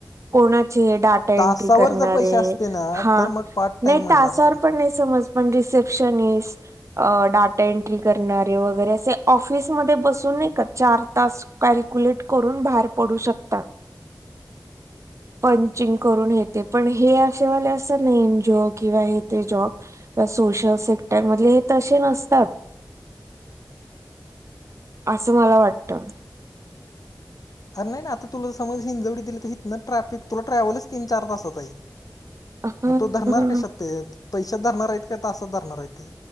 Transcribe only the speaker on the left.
तासावर
जर पैसे असते ना
तर मग पार्ट टाइम
म्हणलं
असतं
<inaudible>
<inaudible>
अरे नाही ना आता तुला समज हिंजवडी दिली तर हितंन ट्रॅफिक तुला ट्रॅव्हलच तीन चार तासाचं आहे
मग तो धरणार कशात तेेत पैशात धरणार आहेत काय तासात धरणार आहेत ते